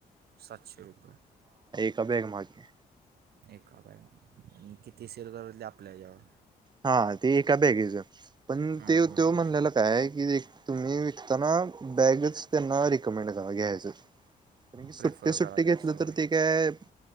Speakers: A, on the right (about 80°); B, on the right (about 25°).
A: सातशे रुपये.
B: त्या बॅग मागे
A: एका बाय आणि किती सेल करली आपल्याच्यावर
B: हा ते एका बॅगेच पण
A: हं,
B: ते
A: हं.
B: तो म्हणलेलं काय आहे की तुम्ही विकताना बॅगच त्यांना रिकमेंड करा घ्यायचं कारणी सुट्टी
A: प्रेफर
B: सुट्टी
A: करा जास्त
B: घेतलं
A: बरं
B: तर ते काय